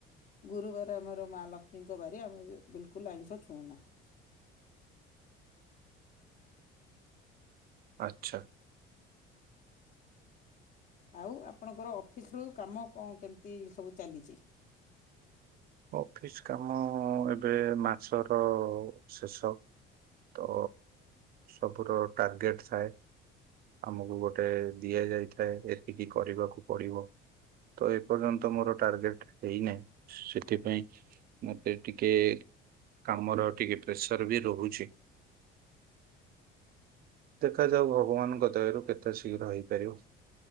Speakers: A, on the left; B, on the right.
A: ଗୁରୁବାର ଆମର ମା ଲକ୍ଷ୍ମୀଙ୍କ ବାରି ଆମେ ବିଲକୁଲ ଆଇଁଷ ଛୁଁଉନା। <inaudible>
B: ଆଚ୍ଛା।
A: ଆଉ ଆପଣଙ୍କର ଅଫିସ ରୁ କାମ କଣ କେମିତି ସବୁ ଚାଲିଚି?
B: ଅଫିସ କାମ ଏବେ ମାସର ଶେଷ ତ ସବୁର ଟାର୍ଗେଟ ଥାଏ। ଆମକୁ ଗୋଟେ ଦିଆ ଯାଇଥାଏ, ଏତିକି କରିବାକୁ ପଡିବ। ତ ଏପର୍ଯ୍ୟନ୍ତ ମୋର ଟାର୍ଗେଟ ହେଇନାହିଁ। ସେଥିପାଇଁ ମତେ ଟିକେ କାମର ଟିକେ ପ୍ରେସର ବି ରହୁଚି।
A: <inaudible>
B: ଦେଖାଯାଉ ଭଗବାନଙ୍କ ଦୟାରୁ କେତେ ଶୀଘ୍ର ହେଇପାରିବ।